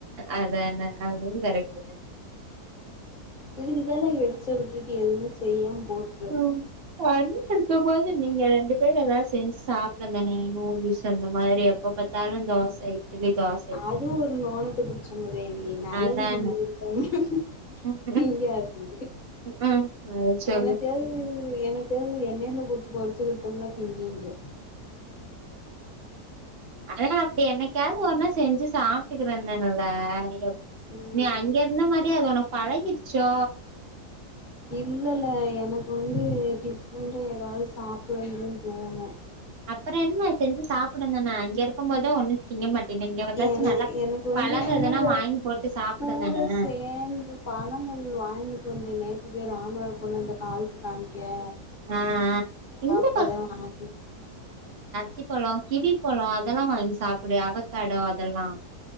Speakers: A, on the right (about 45°); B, on the left (about 30°).
A: அதான அதுவுங் கரெக்ட்டுதா
B: இதுகுதா நா எழ்ச்ச விட்டுட்டு எதுவுமே செய்யாம் போட்ரு
A: ம் அண்ட்ருக்கம்போது நீங்க ரெண்டு பேரு எதா செஞ்சு சாப்டுங்கணே நூடுல்ஸ் அந்த மாரி அப் ப்ப பாத்தாலுந் தோசை டிலிதாச்
B: அது ஒரு நோனத்தப் புடிச்ச முதேவி நல்லது
A: அதான
B: செஞ்சி குடுத்தம்னா
A: ம்
B: திங்காது
A: ம் அத சொல்லு
B: எனத்யாது எனத்யாது எண்ணெல போட்டு பொரிச்சு குடுத்தோம்னா திங்கிங்க
A: ஆனா அப்டி என்னைக்காது ஒர்னா செஞ்சு சாப்ட்டுக்குற என்னனல்ல எப்
B: ம்
A: நீ அங்கே இருந்த மாரியே அது ஒனக் பழகிடுச்சோ
B: இல்லல எனக்கு வந்து டிஃபரண்டா எதாவுது சாப்புறந்துன் தோணு
A: அப்பறோ என்ன செஞ்சு சாப்பிடுந்தன்ன இங்க இருக்கம்போதுதா ஒன்னுந் திங்க மாட்டனே இங்க வந்தாச்சு
B: என
A: நல்லாப்
B: எனக்கு வந்து
A: பழங்க
B: கூட
A: எதனா வாங்கி போட்டு சாப்பிடுந்தன
B: கூட சேந்து பழங்கள் வாங்கிட்டு வந்து நேத்துதே ராணுவ பொண்ண இந்த காக்க்கு காம்கே
A: ஆ இந்த
B: ஆ அப்பதா வாங்னா
A: த்திப்பழோ கிவிப்பழோ அதெல்லா வாய்ங் சாப்பிடு அவக்கேடோ அதெல்லா